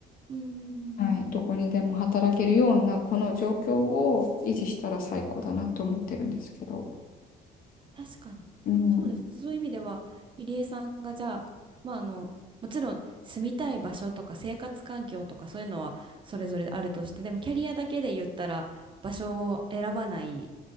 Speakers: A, on the right; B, on the left.
A: うんうんうん
B: はい、どこにでも働けるようなこの状況を維持したら最高だなと思ってるんですけど。
A: 確かに。
B: うん
A: そうですね。そういう意味では、入江さんがじゃあ、まああの、もちろん住みたい場所とか生活環境とかそういうのはそれぞれあるとして、でもキャリアだけで言ったら場所を選ばない